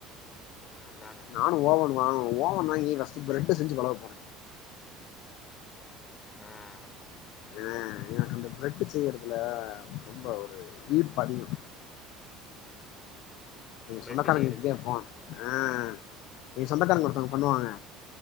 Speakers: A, on the left (about 25°); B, on the left (about 65°).
A: அதான
B: நானு ஓவன் வாங்கனு ஓவன் வாங்கி ஃபர்ஸ்டு் பிரெட்டு செஞ்சி பழக போற
A: ஆ
B: ஆ எனக்கு அந்த பிரட் செய்றதுல ரொம்ப ஒரு ஈர்ப்பு அதிக நீங்க
A: பிரெட்
B: சொந்தக்காரங்க
A: செய்றது.
B: வீட்டுக்கே போ அ நீங்க சொந்தக்காரங்க ஒருத்தவங்க பண்ணுவாங்க